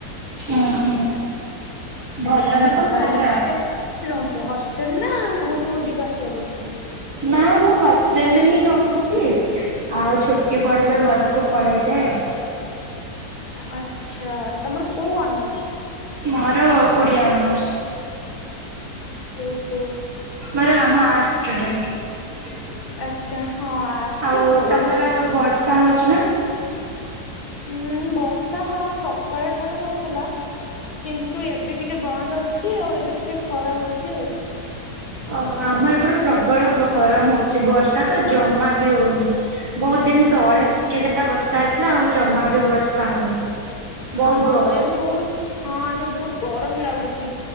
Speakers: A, on the right; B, on the left.
A: ଉଁ ହୁଁ ଭଲ
B: ହଁ ମୁଁ
A: ହେବ
B: କହିଲି
A: ତାହେଲେ
B: ତମେ
A: ଆଉ।
B: <unintelligible> ରହୁ ହଷ୍ଟେଲ ନା ଘରୁ ଯିବା ଆସିବା କରୁଚ?
A: ନା ମୁଁ ହଷ୍ଟେଲ ରେ ହିଁ ରହୁଚି ଆଉ ଛୁଟି ପଡିଲେ ଘରକୁ ପଳେଇ ଯାଏ ଆଉ।
B: ଆଛା ତମର କୋଉ ଅନର୍ସ?
A: ମୋର ଓଡିଆ ଅନର୍ସ।
B: ଓହୋ।
A: ମୋର ଆମ ଆର୍ଟ ଷ୍ଟୁଡେଣ୍ଟ।
B: ଆଚ୍ଛା ହଁ ଆର୍ଟସ
A: ଆଉ
B: ବି ଭଲ।
A: ତମର ବର୍ଷା ହଉଚି ନା?
B: ହୁଁ ବର୍ଷା ହଁ ସକାଳ ଠାରୁ ହଉଥିଲା କିନ୍ତୁ ଏବେ ଟିକେ ବନ୍ଦ ଅଛି ଆଉ ଏବେ ଟିକେ ଖରା ହଉଚି ଆଉ।
A: ଓ ଆମର ଏପଟେ ପ୍ରବଳ ବ ଗରମ ହଉଛି ବର୍ଷା ତ ଜମା ବି ହଉନି ବହୁତ ଦିନ ତଳେ ଟିକେ ଜା ହା ବର୍ଷା ହେଇଥିଲା ଆଉ ଜମା ବି ବର୍ଷା ହଉନି। ବହୁତ
B: ହଁ
A: ଗରମ।
B: ଏବେ ବହୁତ ହଁ ଏବେ ବହୁତ ଗରମ ଲାଗୁଚି।